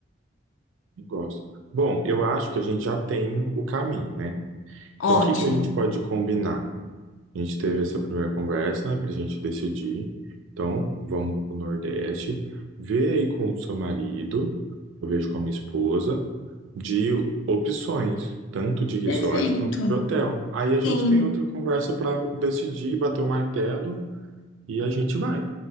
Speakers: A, on the right; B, on the left.
A: também Gosto. Bom, eu acho que a gente já tem o caminho, né?
B: Ótimo.
A: Então, o que que a gente pode combinar? A gente teve essa primeira conversa, né, para a gente decidir. Então, vamos para o Nordeste. Vê aí com o seu marido, eu vejo com a minha esposa, de opções, tanto de resort
B: Perfeito.
A: quanto de hotel. Aí a gente
B: Sim,
A: tem outra conversa para decidir, bater o martelo e a gente vai.